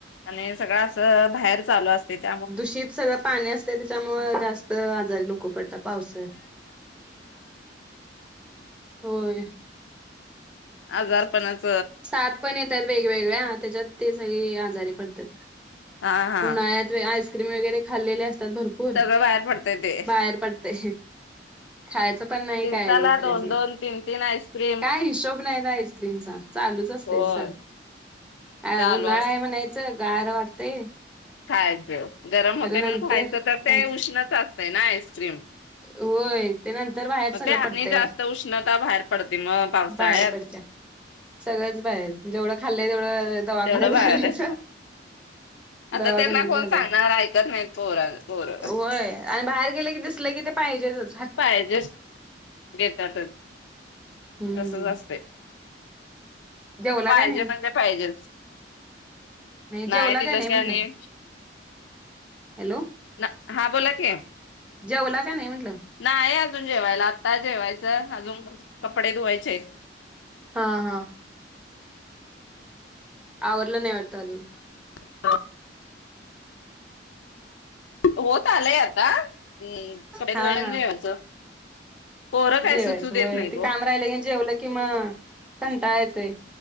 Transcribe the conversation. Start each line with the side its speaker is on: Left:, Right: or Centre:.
Left: आणि सगळा अ अ बाहेरून चालूच असत त्यांच-
Centre: दूषित सगळं पाणी असते त्याच्यामुळे जास्त आजारी लोक पडतात पावसाळ्यात. होय
Left: आजार पणाच
Centre: साप पण येत्यात वेगवेगळ्या त्याच्यात ते सगळी आजारी पडत्यात
Left: हा हा
Centre: ऊन्हाल्यात वय आयस आईसक्रीम वैगेरे खाल्लेली असत्यात त्यात भरपूर
Left: सगळं बाहेर पडतय ते.
Centre: बाहेर पडतय खायच पण नाही
Left: दिवसाला
Centre: काय
Left: दोन
Centre: करायच नाही
Left: दोन तीन तीन आईस्क्रीम
Centre: काय हिशोब नाही ना आईस्क्रीमचा चालूच असतय
Left: होय
Centre: सारख हा
Left: चालू
Centre: उन्हाळा आहे म्हणायचं गार वाट ते
Left: खायच गरम होते
Centre: नंतर
Left: म्हणून खायचं तर ते
Centre: खायचं
Left: उष्णच अस घे ना आईस्क्रिम
Centre: होय ते नंतर बाहेर
Left: मग
Centre: सगळं
Left: ते आणि
Centre: पडतंय
Left: जास्त उष्णता बाहेर पडते मग पावसाळ्यात
Centre: बाहेर पडत्या. सगळंच बाहेर जेवढं खाल्लंय तेवढ दवाखान्यात
Left: तेवढं बाहेरच
Centre: घालायच
Left: आता
Centre: दवाखान्यात
Left: त्यांना कोण
Centre: घालायच
Left: सांगणार ऐकत नाहीत पोर पोर
Centre: होय आणि बाहेर गेलं कि पाहिजेलच.
Left: पाहिजेच घेतातच
Centre: हम्म
Left: तसच असतय
Centre: जेवला
Left: पाहिजे
Centre: काय नाही
Left: म्हणजे पाहिजे. नाही
Centre: जेवला
Left: दिल
Centre: काय
Left: त्याने
Centre: म्हंटलं हॅलो
Left: ना हा बोला की
Centre: जेवला काय नाही म्हग.
Left: नाही अजून जेवायला आत्ता जेवायचं. आजुन कपडे धुवायचे आहेत.
Centre: हा हा आवरलं नाही वाटत अजून
Left: <unintelligible> होत आलयात. हा हम कपडे
Centre: हा
Left: धुवायच आणि
Centre: हा
Left: जेवायचं. पोरं काय
Centre: जेवायचं
Left: सुचू
Centre: होय
Left: देत नाहित
Centre: ते काम
Left: ओ
Centre: राहिलं की जेवलं कि मग कंटाळा येतोय